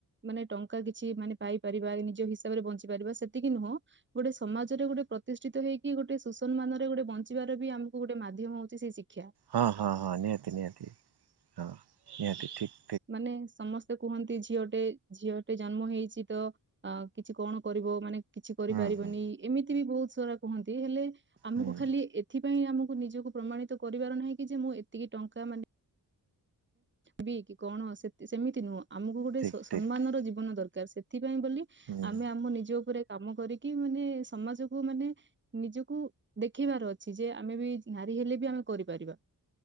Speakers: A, on the right; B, on the right.
A: ମାନେ ଟଙ୍କା କିଛି ମାନେ ପାଇପାରିବା ନିଜ ହିସାବରେ ବଞ୍ଚି ପାରିବାସେତିକି ନୁହଁ ଗୋଟେ ସମାଜରେ ଗୋଟେ ପ୍ରତିଷ୍ଠିତ ହେଇକି ଗୋଟେ ସୁସନ୍ମାନରେ ଗୋଟେ ବଞ୍ଚିବାର ବି ଆମର କୋଉ ଗୋଟେ ମାଧ୍ୟମ ହଉଛି ସେଇ ଶିକ୍ଷା
B: ହଁ ହଁ ହଁ ନିହାତି ନିହାତି ହଁ ନିହାତି ଠିକ
A: ମାନେ ସମସ୍ତେ କୁହନ୍ତି ଝିଅଟେ ଝିଅଟେ ଜନ୍ମ ହେଇଛି ତ ଅ କିଛି କଣ କରିବ ମାନେ କିଛି କରିପାରିବନି
B: ହୁଁ ହୁଁ
A: ଏମିତି ବି ବହୁତ ସାରା କୁହନ୍ତି ହେଲେ ଆମକୁ
B: ହୁଁ
A: ଖାଲି ଏଥିପାଇଁ ଆମକୁ ନିଜକୁ ପ୍ରମାଣିତ କରିବାର ନାହିଁ କି ଯେ ମୁଁ ଏତିକି ଟଙ୍କା ମାନେ ବି କି କଣ ସେ ସେମିତି ନୁହଁ ଆମକୁ ଗୋଟେ
B: ଠିକ୍
A: ସ ସମ୍ମାନର
B: ଠିକ୍
A: ଜୀବନ ଦରକାର ସେଥି ପାଇଁ ବୋଲି
B: ହୁଁ
A: ଆମେ ଆମ ନିଜ ଉପରେ କାମ କରିକି ମାନେ ସମାଜକୁ ମାନେ ନିଜକୁ ଦେଖେଇବାର ଅଛି ଯେ ଆମେ ବି ନାରୀ ହେଲେ ବି ଆମେ କରିପାରିବା।